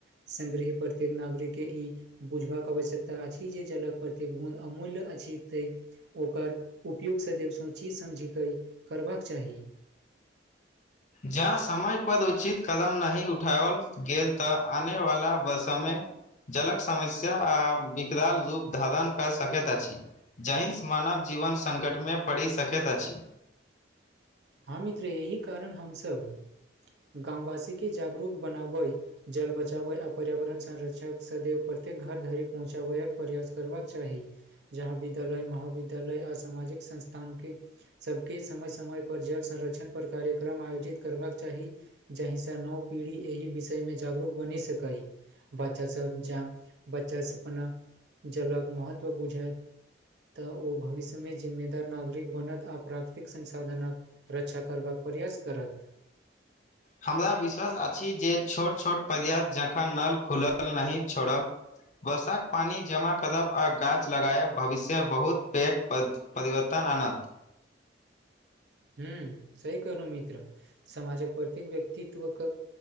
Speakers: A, on the right; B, on the left.
A: संग्रही प्रत्येक नागरिक के ई बुझबाक आवश्यकता अछि जे जलक प्रत्येक बूंद अमूल्य अछि तैं ओकर उपयोग सदैव सोचि समझी करी करबाक चाही।
B: जह समय पर उचित कदम नहि उठाओल गेल तऽ आने वाला ब समय जलक समस्या आ विकराल रूप धारण कऽ सकैत अछि। जहिंस मानव जीवन संकट मे पड़ि सकैत अछि।
A: हँ मित्र यही कारण हमसब गाम वासी के जागरूक बनाबइ जल बचाबय आ पर्यावरण संरक्षक सदेव प्रत्येक घर धरि पहुँचाबयक प्रयास करबाक चाही। जहाँ विद्यालय महाविद्यालय आ समाजिक संस्थान के सबके समय- समय पर जल संरक्षण पर कार्यक्रम आयोजित करबाक चाही। जहि से नव पीढ़ी एहि विषयमे जागरूक बनि सकइ। बच्चासब जँ बच्चास अपना जलक महत्व बुझत। तऽ ओ भविष्यमें जिम्मेदार नागरिक बनत आ प्राकृतिक संसाधनके रक्षा करबाक प्रयास करत
B: हमरा विश्वास अछि जे छोट छोट पर्याप्त जखन नल खुलल नहि छोड़ब वर्षाक पानी जमा करब आ गाछ लगायब भविष्य बहुत पेघ पद परिवर्तन आनत
A: हूँ सही कहलुँ मित्र समाजक प्रत्येक व्यक्तित्वक